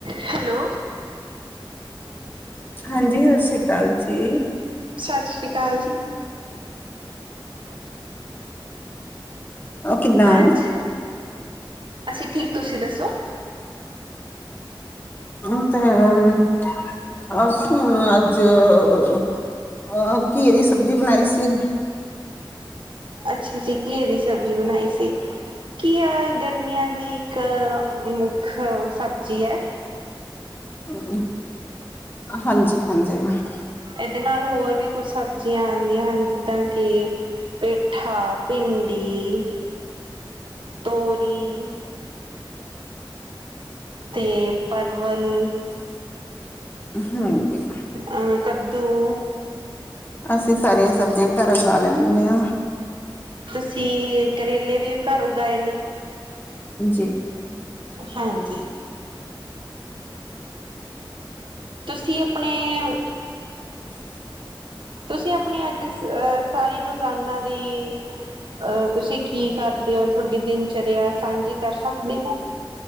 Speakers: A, on the right; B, on the left.
A: Hello.
B: ਹਾਂਜੀ, ਸਤ ਸ੍ਰੀ ਕਾਲ ਜੀ।
A: ਸਤਿ ਸ਼੍ਰੀ <inaudible>
B: ਉਹ ਕਿੱਦਾਂ
A: ਅੱਜ ਅਸੀਂ ਠੀਕ, ਤੁਸੀਂ ਦੱਸੋ?
B: ਹੁਣ ਤੇ ਐਲ ਅਸੁ ਅੱਜ ਅਹ ਘੀਏ ਦੀ ਸਬਜ਼ੀ ਬਣਾਈ ਸੀ।
A: ਅੱਛਾ ਜੀ ਘੀਏ ਦੀ ਸਬਜ਼ੀ ਬਣਾਈ ਸੀ। ਕੀਆ ਗਰਮੀਆਂ ਦੀ ਇੱਕ ਮੁੱਖ ਸਬਜ਼ੀ ਐ।
B: ਹਮ, ਹਾਂਜੀ ਹਾਂਜੀ ਹਾਂਜੇ।
A: ਐਦੇ ਨਾਲ ਹੋਰ ਵੀ ਕੁੱਛ ਸਬਜ਼ੀਆਂ ਆਂਦੀਆਂ ਹਨ ਜਿੱਦਾਂ ਕਿ ਪੇਠਾ, ਭਿੰਡੀ। ਤੋਰੀ, ਤੇ ਪਰ ਵੱਲ
B: ਹਾਂਜੀ
A: ਅਹ ਕੱਦੂ। <inaudible>
B: ਅਸੀਂ ਸਾਰੀਆਂ ਸਬਜ਼ੀਆਂ ਘਰ ਔਗਾ ਲੈਂਦੇ ਆਂ।
A: ਛੀ ਕਰੇਲੇ ਵੀ ਘਰ ਉਗਾਏ ਨੇ।
B: ਜੀ।
A: ਹਾਂਜੀ। ਤੁਸੀਂ ਅਪਣੇ, ਤੁਸੀਂ ਅਪਣੀ ਅੱਜ ਅਹ ਸਾਰੀ ਰੋਜ਼ਾਨਾ ਦੀ ਅਹ ਤੁਸੀਂ ਕੀ ਕਰਦੇ ਹੋ ਤੁਹਾਡੀ ਦਿਨਚਰਿਆ ਸਾਂਝੀ ਕਰ ਸਕਦੇ ਹੋ?